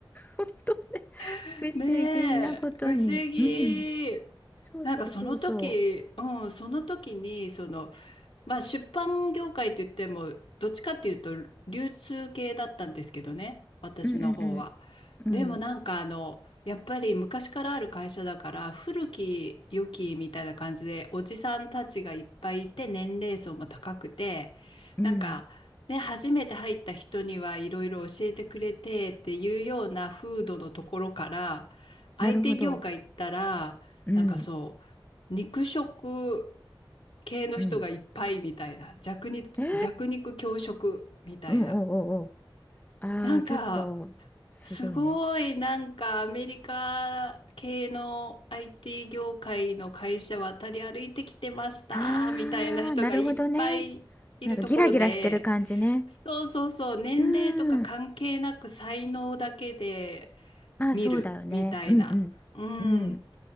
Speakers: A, on the left; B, on the left.
A: 本当ね、
B: <laughs>
A: 不思議なことに、
B: ねえ、不思議。
A: うん、そうそうそうそ
B: なんかその時、うん、その時に、その、まあ、出版業界といっても、どっちかっていうと流通系だったんですけどね、私の方は。
A: う、うんうんうん、
B: でもなんかあの、やっぱり昔からある会社だから古き良きみたいな感じでおじさんたちがいっぱいいて年齢層も高くて
A: うん、
B: なんかね初めて入った人にはいろいろ教えてくれてっていうような風土のところから相手業界行ったらなんかそ
A: うん、なるほど、うん、
B: う肉食系の人がいっぱいみたいな、
A: うん。
B: 弱肉、
A: えー、
B: 弱肉強食みたいな。
A: うん、おうおうああ、
B: なんか、
A: 結構すごいね。
B: すごいなんかアメリカ系の IT 業界の会社渡り歩いてきてましたみたいな人がいっぱいいるところで、
A: ああ、なるほどね。なんかギラギラしてる感じね。
B: そうそうそう、年齢とか関係なく才能だけで
A: うん。まあそうだよね。
B: 見るみたいな。
A: うんう
B: うん。
A: ん。うん。